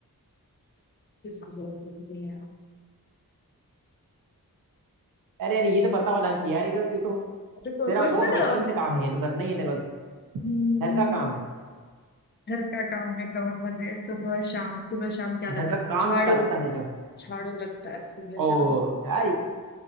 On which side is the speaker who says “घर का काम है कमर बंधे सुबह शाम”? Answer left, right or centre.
Left